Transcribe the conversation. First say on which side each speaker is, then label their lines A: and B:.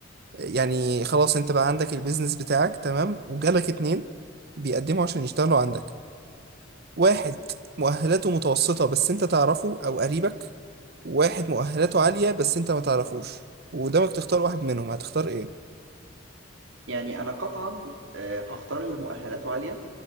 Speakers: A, on the right; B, on the right.
A: يعني خلاص أنت بقى عندك البيزنس بتاعك تمام وجالك اتنين بيقدموا عشان يشتغلوا عندك واحد مؤهلاته متوسطة بس أنت تعرفه أو قريبك واحد مؤهلاته عالية بس انت ما تعرفوش وقدامك تختار واحد منهم هتختار ايه
B: يعني انا قطعا آه، هختار اللي مؤهلاته عاليه